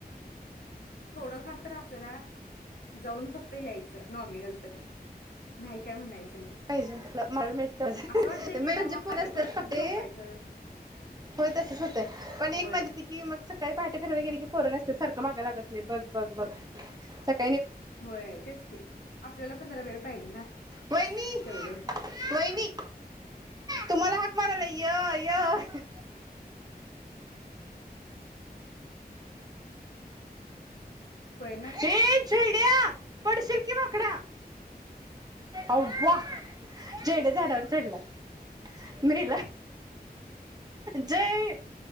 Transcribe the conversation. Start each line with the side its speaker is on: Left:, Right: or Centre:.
Left: थोडंफार तर असणा जाऊन फक्त याय नॉमीनल तरी नाही काय म्हणायचं नाही.
Right: पाहिजे मला मिेटत
Left: असं वाटतंय
Right: म
Left: की
Right: म्हणजे
Left: एकदा मग
Right: पुर
Left: आणि
Right: असते
Left: परत कधी
Right: पटे
Left: झोपायचं
Right: हो तसेच होते पण एक
Left: होय
Right: माज की मग सकाळी पहाटे फिरवायला गेला की पोरं नसत्यात सारखं मागा लागत बघ बघ बघ सग
Left: होय तेच की आपल्याला पण जरा वेळ पाहिजे ना.
Right: वहिनी वहिनी
Left: तेवढं
Right: तुम्हांला हाक मारालय य य.
Left: होय ना.
Right: ये पडशील की माकडा अव्वा जयड्या झाडावर चडलाय जय